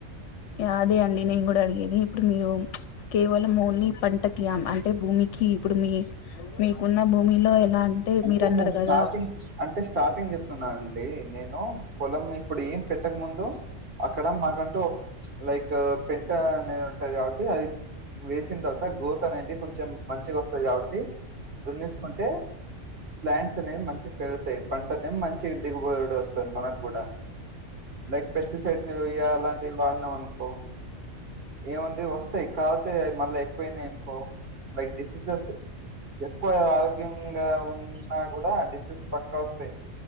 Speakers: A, on the left; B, on the right.
A: యా అదే అండి నేను గుడా అడిగేది ఇప్పుడు మీరు కేవలం ఓన్లీ పంటకియామ్ అంటే భూమికి ఇప్పుడు మీ మీకున్న భూమిలో ఎలా
B: అంటే
A: మీరు అన్నారు
B: మేమ్ స్టార్టింగ్
A: కదా
B: అంటే స్టార్టింగ్ చెప్తున్నాను అండి నేను పొలం ఇప్పుడు ఏం పెట్ ట్టకు ముందు అక్కడ మాకంటూ లైక్ పెంట అనేది ఉంటది కాబట్టి అది వేసిన తర్వాత గ్రోత్ అనేది కొంచెం మంచిగా వస్తది కాబట్టి దున్నిచ్చుకుంటే ప్లాంట్స్ అనేవి మంచిగా పెరుగుతాయి పంట అనే మంచి దిగుబడు వస్తద్ మనకు కూడా లైక్ పెస్టిసైడ్స్ ఇయ అలాంటివి వాడినం అ కో ఏముంది వస్తాయ్ కాక్ మళ్ళా ఎక్కువయినాయి అనుకో లైక్ డిసీజెస్ ఎక్కువ ఆరోగ్య ఇంగ ఉన్నా కూడా డీసీస్ పక్క వస్తాయి